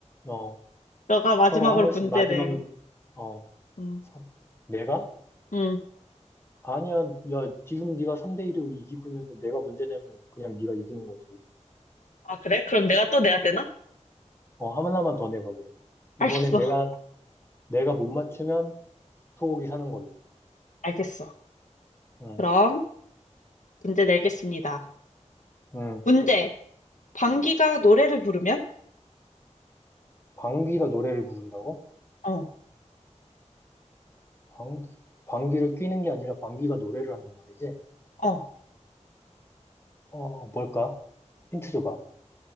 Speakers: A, on the left; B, on the left.
A: 어,
B: 너가 마지막으로
A: 서로 한 번씩
B: 문제
A: 마지막,
B: 내.
A: 어,
B: 음,
A: 서, 내가?
B: 음.
A: 아니야. 야, 지금 네가 3대1로 이기고 있는데 내가 문제 내면 그냥 네가 이기는 거지.
B: 아, 그래? 그럼 내가 또 내야 되나?
A: 어, 하나만 더 내봐, 그러면. 이번에
B: 알겠어.
A: 내가, 내가 못 맞추면 소고기 사는 걸로.
B: 알겠어.
A: 응,
B: 그럼, 문제 내겠습니다.
A: 응.
B: 문제. 방귀가 노래를 부르면?
A: 방귀가 노래를 부른다고?
B: 어.
A: 방귀, 방귀를 뀌는 게 아니라 방귀가 노래를 한단 말이지?
B: 어.
A: 어, 뭘까? 힌트 줘봐.